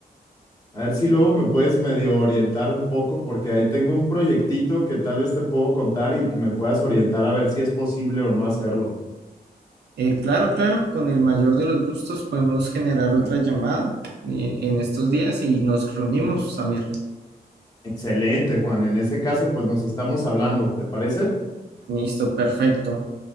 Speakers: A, on the left; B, on the right.
A: a ver si luego me puedes medio orientar un poco porque ahí tengo un proyectito que tal vez te puedo contar y me puedas orientar a ver si es posible o no hacerlo.
B: Eh, claro, claro, con el mayor de los gustos podemos generar otra llamada eh, en estos días y nos reunimos, Samir.
A: Excelente, Juan. En ese caso, pues nos estamos hablando, ¿te parece?
B: Listo, perfecto.